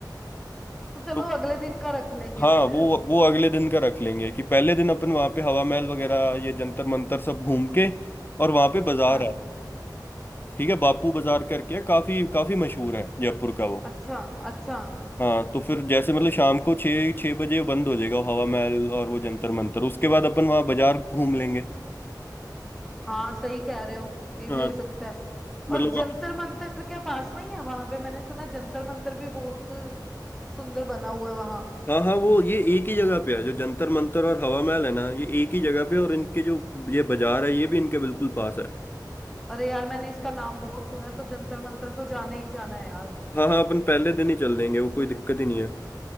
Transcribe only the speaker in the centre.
तो चलो
अगले दिन का रख लेंगे
फिर
हाँ
अच्छा अच्छा
हाँ सही कह रहे हो ये
भी हो सकता है
और जंतर मंतर क्या पास में ही है वहां पे मैंने सुना जंतर मंतर भी बहुत सुंदर बना हुआ है वहां
अरे यार मैंने इसका नाम बहुत सुना है तो जंतर मंतर तो जाना ही जाना है यार